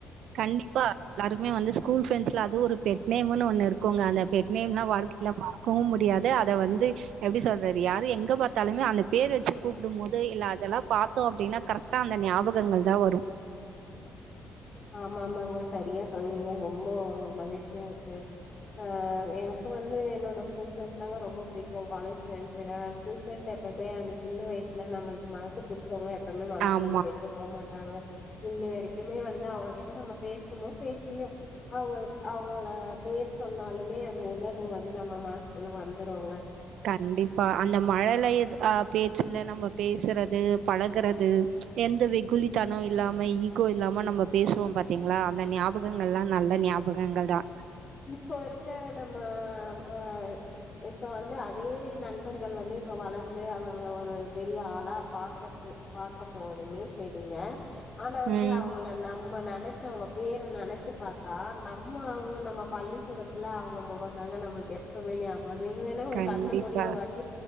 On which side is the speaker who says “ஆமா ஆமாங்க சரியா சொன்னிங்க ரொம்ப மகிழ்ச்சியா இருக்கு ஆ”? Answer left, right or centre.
Left